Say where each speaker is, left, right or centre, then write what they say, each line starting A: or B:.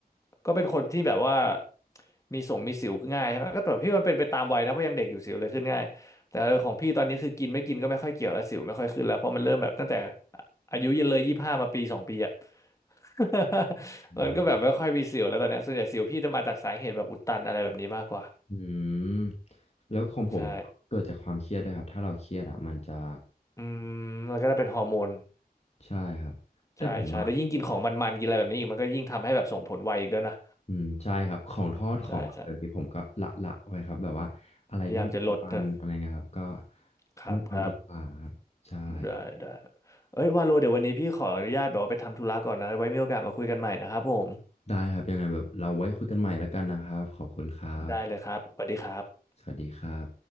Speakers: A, on the left (about 20°); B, on the left (about 40°).
A: ก็เป็นคนที่แบบว่ามีส่งมีสิวง่ายใช่ไหมก็แต่พี่มันเป็นไปตามวัยนะเพราะยังเด็กอยู่สิวเลยขึ้นง่ายแต่เออของพี่ตอนนี้คือกินไม่กินก็ไม่ค่อยเกี่ยวแล้วสิวไม่ค่อยขึ้นแล้วเพราะมันเริ่มแบบตั้งแต่อายุเยอะเลยยี่สิบห้ามาปีสองปีอะ <laughs>
B: อ่า
A: มันก็แบบไม่ค่อยมีสิวแล้วตอนเนี้ยส่วนใหญ่สิวพี่จะมาจากสาเหตุแบบอุดตันอะไรแบบนี้มากกว่า
B: อืมแล้วของผมเกิดจากความเครียดด้วยครับถ้าเราเครียดอ่ะมันจะ
A: ใช่อืมมันก็จะเป็นฮอร์โมน
B: ใช่ครับแต่ผมอ่ะ
A: ใช่ใช่แล้วยิ่งกินของมันๆกินอะไรแบบนี้อีกมันก็ยิ่งทำให้แบบส่งผลไวอีกด้วยนะ
B: อืมใช่ครับของทอดของอะไรแบบนี้ผมก็ละละไว้ครับแบบว่าอะไรที่ทำมันอะไรเงี้ยครับก็
A: ใช่ใช่พยายามจะลดนะครับครับ
B: ไม่เอาดีกว่าครับใช่ครับ
A: ได้ได้เอ้ยวาโลเดี๋ยววันนี้พี่ขออนุญาตแบบว่าไปทำธุระก่อนนะไว้มีโอกาสมาคุยกันใหม่นะครับผม
B: ได้ครับยังไงแบบเราไว้คุยกันใหม่แล้วกันนะครับขอบคุณครับ
A: ได้เลยครับสวัสดีครับ
B: สวัสดีครับ